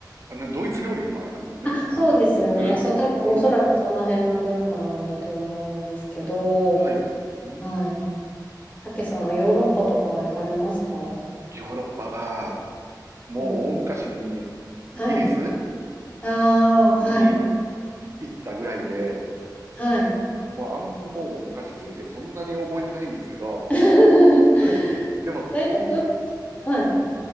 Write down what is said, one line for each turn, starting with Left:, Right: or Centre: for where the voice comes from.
Right: あのドイツ料理でもありますもんね。
Left: たそうですよね。
Right: うん。
Left: そう、多分おそらくその辺の文化なんだと思うんですけど、
Right: うん。はい。うー
Left: はい。
Right: ん。
Left: たけさんはヨーロッパとかは行かれますか
Right: ヨーロッパは、もう大昔にイギリス
Left: うん。はい。ああ、はい。
Right: に行ったぐらいで、
Left: はい。
Right: もうあん、もう昔すぎてそんなに覚えてないんですけど、
Left: <laughs>
Right: はい。<laughs> でも、
Left: 大体どっち、
Right: イギリス、
Left: はい。